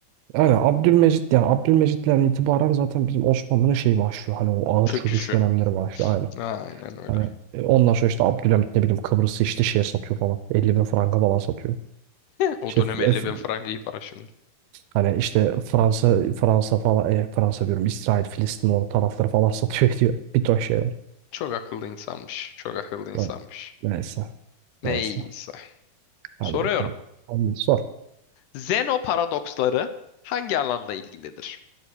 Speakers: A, on the right; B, on the left.
A: Yani Abdülmecit yani Abdülmecit'ten itibaren zaten bizim Osmanlı'nın şeyi başlıyor. Hani o ağır
B: Çöküşü.
A: çöküş dönemleri başlıyor. Aynen.
B: Aynen öyle.
A: Hani
B: <laughs>
A: e, ondan sonra işte Abdülhamit ne bileyim Kıbrıs'ı işte şeye satıyor falan. 50 bin franka falan satıyor.
B: O
A: İşte
B: dönem
A: f-
B: 50
A: f-
B: bin frank iyi para şimdi.
A: hani işte Fransa Fransa falan e, Fransa diyorum İsrail Filistin o tarafları falan <laughs> satıyor ediyor. Bir ton şey var.
B: Çok akıllı insanmış. Çok akıllı insanmış.
A: Evet, neyse.
B: Neyse.
A: Neyse. Hadi
B: Soruyorum.
A: bakalım. Hadi sor.
B: Zeno paradoksları hangi alanla ilgilidir?